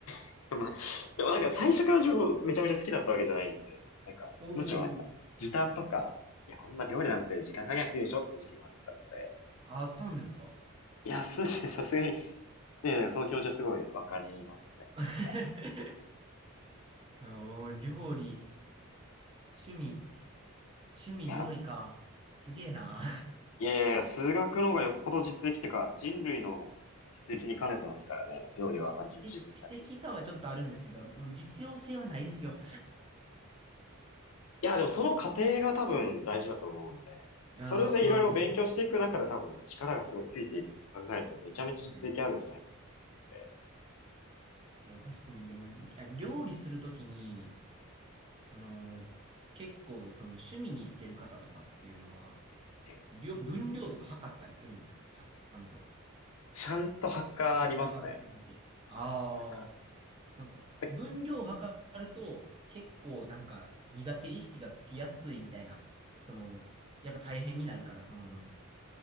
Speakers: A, on the left; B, on the right.
A: <laughs> まあ、でもなんか最初から自分めちゃめちゃ好きだったわけじゃないんで、なんか、
B: おー、
A: むしろなんか、時短とか、いや、こんな料理なんて時間かけなくていいでしょって時期もあったので、
B: あったんですか
A: いや、そうですね、<laughs> さすがに、ね、なんかその気持ちはすごいわかりますね。
B: <laughs>
A: なんか、
B: おー、料理、趣味、趣味料理か。
A: いや、
B: すげえな。
A: いやいや、数学の方がよっぽど実益というか、人類の実益に兼ねてますからね、
B: <laughs> まあ、
A: 料理は単純に自分だけで。
B: 知知的、知的さはちょっとあるんですけど、
A: い
B: うん実用性はないですよ。
A: や、でもその過程が多分大事だと思うんで、
B: <laughs> ああ、
A: それでいろいろ勉強していく中で多分力がすごいついていくって考えるとめちゃめちゃ実益あるんじゃないかって。
B: まあまあ、確かにですね。いや、確かに、でも、あ料理するときに、その、結構、その趣味にしてる方とかっていうのは、
A: え
B: 量、分量とか測ったりするんですかちゃんと。
A: ちゃんとハッカーありますね。
B: クックパッド見て。ああ。
A: なんか、
B: なんか、
A: で
B: 分量を測ると、結構なんか苦手意識がつきやすいみたいな。その、やっぱ大変になるから、その分。